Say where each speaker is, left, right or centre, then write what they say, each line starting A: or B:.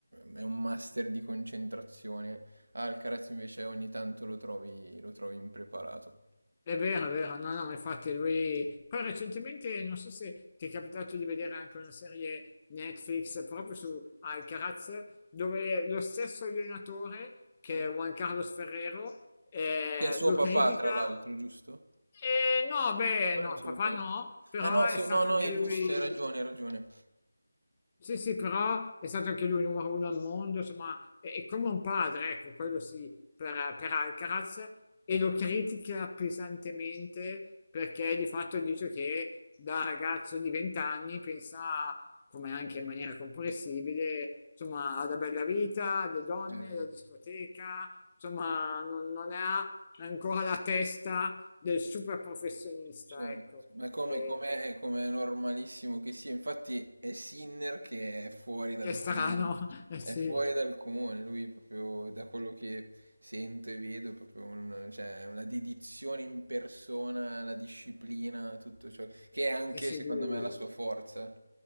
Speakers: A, on the right; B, on the left.
A: è un master di concentrazione. Alcaraz invece ogni tanto lo trovi, lo trovi impreparato.
B: È vero, è vero, no, no, infatti lui... Poi recentemente, non so se ti è capitato di vedere anche una serie Netflix proprio su Alcaraz, dove lo stesso allenatore, che
A: Mm?
B: è Juan Carlos Ferrero, eh,
A: Che è suo
B: lo
A: papà,
B: critica...
A: tra l'altro, giusto?
B: Eh, no, beh,
A: Non
B: no,
A: è suo
B: papà
A: papà.
B: no, però
A: Ah no, so-
B: è stato
A: no, no,
B: anche
A: è
B: lui.
A: giusto, hai ragione, hai ragione.
B: Sì, sì, però è stato anche lui numero uno al mondo, insomma, è, è come un padre, ecco, quello sì, per, per Alcaraz, e lo critica pesantemente perché di fatto dice che da ragazzo di 20 anni pensa, come anche in maniera comprensibile, insomma, alla bella vita, alle donne,
A: Eh,
B: alla discoteca, insomma, non, non ha ancora la testa del super professionista,
A: Certo,
B: ecco,
A: ma come,
B: E-
A: come, come è normalissimo che sia, infatti è Sinner che è fuori dal
B: che è strano,
A: comune,
B: <laughs> eh sì.
A: è fuori dal comune, lui è proprio da quello che sento e vedo, è proprio un- cioè, è una dedizione in persona, la disciplina, tutto ciò, che è anche
B: Sì, sì,
A: secondo
B: lui-
A: me la sua forza.